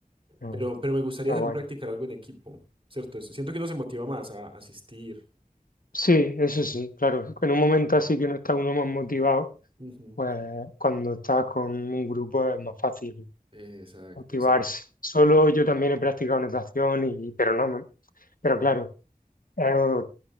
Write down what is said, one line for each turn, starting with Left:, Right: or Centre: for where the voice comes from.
Left: Mm.
Right: Pero, pero me gustaría
Left: Está
Right: también
Left: guay.
Right: practicar algo en equipo, ¿cierto? Eso- Siento que uno se motiva más a asistir.
Left: Sí, eso sí, claro, en un momento así que no está uno más motivado,
Right: Ujú.
Left: pues cuando estás con un grupo es más fácil
Right: Exacto,
Left: motivarse
Right: exacto,
Left: Solo yo también he practicado natación, y, pero no, no. pero claro, el-